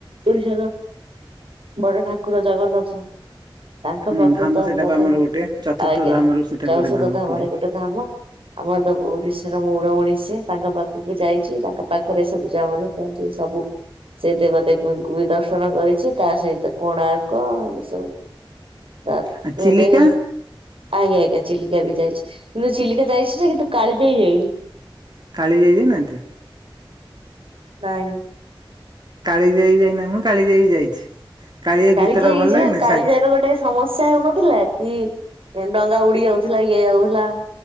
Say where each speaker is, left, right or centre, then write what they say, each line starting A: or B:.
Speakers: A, on the right; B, on the right.
A: ଓଡିଶାର। ବଡ ଠାକୁର ଜଗନ୍ନାଥ। ତାଙ୍କ
B: ହୁଁ
A: ପାଖରୁ
B: ଧାମ
A: ତ
B: ସେଇଟା
A: କଥା
B: ବା ଆମର ଗୋଟେ ଚତୁର୍ଥ
A: ଆଜ୍ଞା
B: ଧାମରୁ ସେଇଟା
A: ଚଉଷତ
B: ଗୋଟେ ଧାମ
A: ଧାମରେ
B: ପୁରୀ
A: ଗୋଟେ ଧାମ। ଆମର ତ ଓଡିଶାର ମଉଡ ମଣି ଷିଏ ତାଙ୍କ ପାଖକୁ ଯାଇଛି ତାଙ୍କ ପାଖରେ ସବୁ ଜା ମା କୁହନ୍ତି କି ସବୁ ସେ ଦେବ ଦେେବୀଙ୍କୁ ବି ଦର୍ଶନ କରିଛି। ତା ସହିତ କୋଣାର୍କ ଏ ସବୁ ତାପରେ।
B: ଆଉ ଚିଲିକା
A: ଆଜ୍ଞା ଆଜ୍ଞା ଚିଲିକା ବି ଯାଇଛି କିନ୍ତୁ ଚିଲିକା ଯାଇଛି ଯେ କିନ୍ତୁ କାଳି ଜାଇ ଯାଇନି।
B: କାଳିଯାଇ ଯାଇ ନାହାନ୍ତି?
A: ନାଇଁ।
B: କାଳିଜାଇ ଯାଇନାହାନ୍ତି ମୁଁ କାଳିଜାଇ ଯାଇଛି।
A: କାଳିଜାଇ
B: ଗୀତ ଟା ଭଲ
A: ଯୋଉ
B: ଲାଗେନି
A: କାଳିଜାଇ
B: ସାଇ
A: ର ଗୋଟେ ଷ ସମସ୍ୟା ହେଉନଥିଲା କି ଡଙ୍ଗା ଉଡ଼ି ଯାଉଥିଲା ଇଏ ଯାଉଥିଲା।